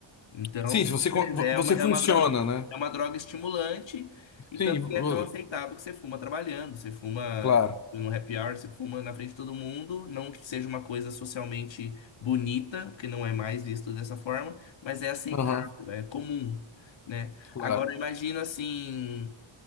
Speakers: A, on the left; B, on the left.
A: Então,
B: Sim, se você, con-
A: beleza,
B: vo-
A: é
B: você
A: uma, é
B: funciona,
A: uma droga,
B: né?
A: é uma droga estimulante e
B: Sim,
A: tanto que
B: vo-
A: é tão aceitável que você fuma trabalhando, você fuma
B: claro.
A: no happy hour, você fuma na frente de todo mundo, não que seja uma coisa socialmente bonita, porque não é mais visto dessa forma, mas é aceitável,
B: Aham,
A: é comum, né?
B: claro.
A: Agora imagina assim,